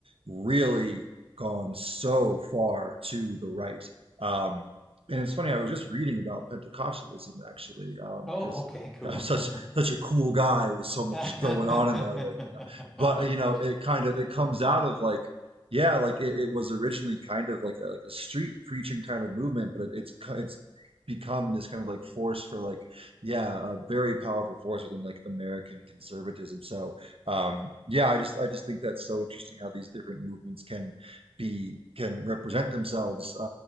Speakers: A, on the right (about 85°); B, in the centre.
A: really gone so far to the right. Um, and it's funny, I was just reading about Pentecostalism actually,
B: Oh,
A: because
B: okay, cool.
A: um, I'm such
B: <laughs>
A: such a cool guy with so much
B: <laughs>
A: going on in my life, you know. But you know, it kind of it comes out of like, yeah, like it, it was originally kind of like a, like a street preaching kind of movement, but it, it's it's become this kind of like force for like yeah, a very powerful force within like American conservatism. So um, yeah, I just I just think that's so interesting how these different movements can be can represent themselves uh,